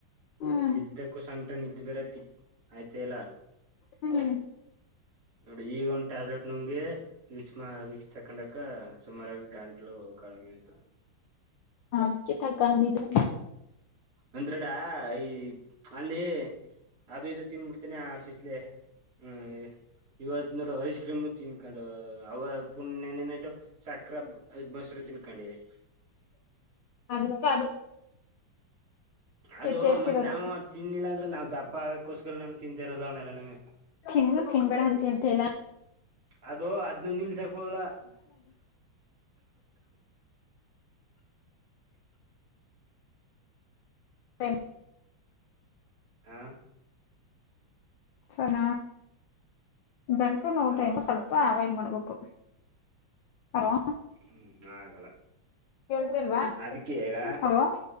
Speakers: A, on the left; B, on the right.
A: ಹ್ಮ್
B: ಎದ್ದಕ್ಕೂ ಸಂಕಟ ನಿದ್ದೆ ಬರತಿ <unintelligible> ಆಯ್ತ ಇಲ್ಲ.
A: ಹ್ಮ್
B: ನೋಡಿ ಈಗ ಒಂದ್ ಟ್ಯಾಬ್ಲೆಟ್ ನುಂಗಿ. ವೀಕ್ಷ್ಮ ವೀಕ್ಷ ತಕ್ಕೊಂಡಕ್ಕ ಸುಮಾರು ಗಂಟ್ಲೂ ಕಡಿಮೆ ಆಯ್ತು.
A: ಹ ಅದಕ್ಕೆ ತಕ್ಕಂದಿದ್ದೇ
B: ಒಂದೆಡ್ರ ಐ ಅಲ್ಲಿ. ಅದು ಇದು ತಿನ್ಬಿಡ್ತೀನಿ ಆಫೀಸ್ಲೆ ಹ್ಮ್. ಇವತ್ ನೋಡ ಐಸ್ ಕ್ರೀಮ್ ತಿನ್ಕೊಂಡ ಅವ ಪುನ್ ನಿನ್ನೆ ನೈಟು ಸಕ್ರ ಬು ಬಸ್ರು ತಿನ್ಕೊಂಡಿವಿ.
A: ಅದಕ್ಕ ಅದು
B: ಅದು
A: ತೇರ್ಸಿರೋದು
B: ಮತ್ ನಾವು ಅದು ತಿನ್ನಿಲ್ಲ ಅಂದ್ರ ನಾವು ದಪ್ಪ ಆಗಕೋಸ್ಕರ ನಾನು ತಿಂತಾ ಇರೋದು ಅವ್ನೆಲ್ಲಾನುವೆ.
A: ತಿನ್ನು ತಿನ್ಬೇಡ ಅಂತ ಹೇಳ್ತಾ ಇಲ್ಲ.
B: ಅದು ಅದ್ನ್ ನಿಲ್ಸಕ ಹೋಗ್ಲ.
A: ಟೈಮ್.
B: ಹಾ
A: ಸನ ಗಂಟ್ಲು ನೋವ್
B: ಹಲೋ
A: ಟೈಮು ಸ್ಪಲ್ಪ. ಲ್ಪ ಅವಾಯ್ಡ್ ಮಾಡ್ಬೇಕು ಪರೋ
B: ಹ್ಮ್ ಆಗಲ್ಲ
A: ಕೇಳ್ತಿಲ್ವಾ
B: ಅದಕ್ಕೆ ಈಗ.
A: ಹಲೋ